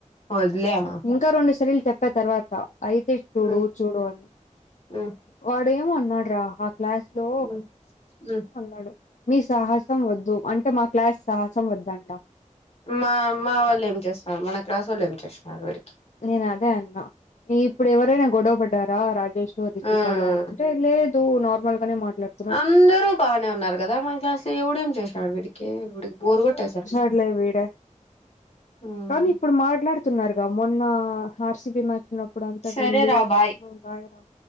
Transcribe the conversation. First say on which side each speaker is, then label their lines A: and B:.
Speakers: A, on the left (about 50°); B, on the left (about 65°).
A: వదిలేము
B: ఇంకా రెండు సర్లు చెప్ప <unintelligible> చెప్ప తర్వాత అయితే చూడు
A: మ్మ్
B: చూడు అని
A: మ్మ్
B: వాడు ఏమ ఉన్నాడు రా ఆ క్లాస్ లో
A: మ్మ్ మ్మ్
B: ఉన్నాడు మీ సాహసం వద్దు అంటే మా క్లాస్ సాహసం వద్దంట
A: మా మా వాళ్ళు ఏం చేస్తున్నారు మన క్లాస్ వాళ్ళు ఏం చేస్తున్నారు వీరికి
B: నేను అదే అన్నా ఇప్పుడు ఎవరైనా గొడవ పడ్డారా అని అది తిపళ
A: మ్మ్
B: అంటే <unintelligible> ఇ లేేదు నార్మల్గానే మాట్లాడు
A: అందరూ బాగానే ఉన్నారు కదా మన క్లాస్ లో ఎవడేం చేసినాడు వీడికి వీడికి బోరు కొట్టేసారు
B: వడ
A: మ్మ్
B: కానీ ఇప్పుడు మాట్లాడుతున్నారుగా మొన్న హార్సి బి మార్చినప్పుడు అంతా
A: సరే
B: వెళ్ళి
A: రా బాయ్
B: మ బయరాం